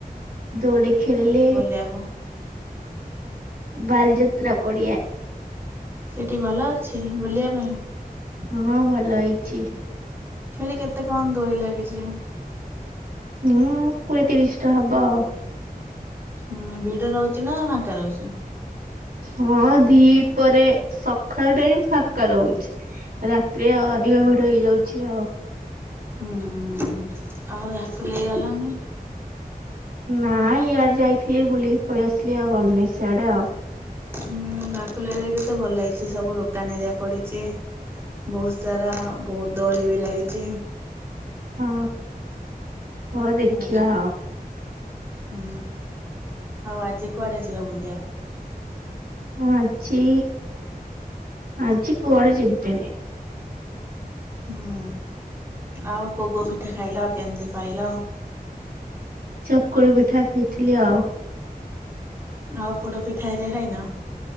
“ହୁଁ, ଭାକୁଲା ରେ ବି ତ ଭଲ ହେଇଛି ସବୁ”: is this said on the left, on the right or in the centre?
Right